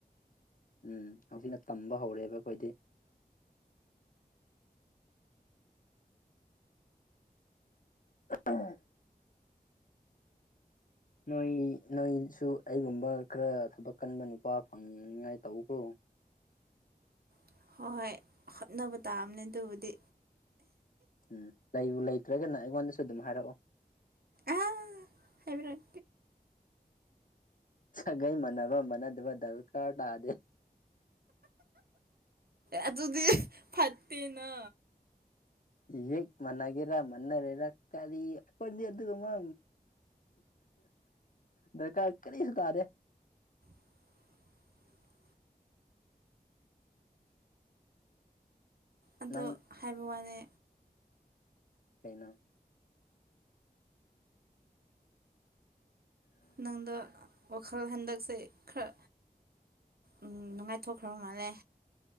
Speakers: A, on the left; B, on the right.
A: ꯎꯝ ꯍꯧꯖꯤꯛꯅ ꯇꯝꯕ ꯍꯧꯔꯦꯕ ꯑꯩꯈꯣꯏꯗꯤ ꯑ ꯅꯣꯏ ꯅꯣꯏꯁꯨ ꯑꯩꯒꯨꯝꯕ ꯈꯔ ꯊꯕꯛ ꯀꯟꯕ ꯅꯨꯄꯥ ꯐꯪꯅꯤꯉꯥꯏ ꯇꯧꯕꯀꯣ
B: ꯎ ꯍꯣꯏ ꯍꯣꯏ ꯍꯣꯠꯅꯕ ꯇꯥꯑꯝꯅꯦ ꯑꯗꯨꯕꯨꯗꯤ
A: ꯎꯝ ꯂꯩꯕꯨ ꯂꯩꯇ꯭ꯔꯒꯅ ꯑꯩꯉꯣꯟꯗꯁꯨ ꯑꯗꯨꯝ ꯍꯥꯏꯔꯛꯑꯣ
B: ꯑ ꯍꯥꯏꯕꯔꯦ
A: ꯁꯒꯥꯏ ꯃꯅꯥꯕ ꯃꯅꯥꯗꯕ ꯗ ꯀꯥ ꯇꯗꯦ
B: ꯑꯗꯨ ꯑꯗꯨꯗꯤ ꯐꯠꯇꯠꯇꯦꯅ
A: ꯌꯦꯛ ꯃꯅꯥꯒꯦꯔ ꯃꯟꯅꯔꯦꯔ ꯀꯥꯔꯤꯄꯗꯤ ꯑꯗꯨꯒꯀꯃ ꯗꯔꯀꯥ ꯀꯔꯤꯁꯤ ꯇꯥꯔꯦ
B: <inaudible> <unintelligible> ꯑꯗꯣ
A: ꯅꯪ
B: ꯍꯥꯏꯕ ꯋꯥꯅꯦ
A: ꯂꯩꯩꯅ
B: ꯅꯪꯗ ꯋꯥꯈꯜ ꯍꯟꯗꯛꯁꯦ ꯈꯔ ꯎꯝ ꯅꯨꯡꯉꯥꯏꯊꯣꯛꯈ꯭ꯔꯕ ꯃꯥꯜꯂꯦ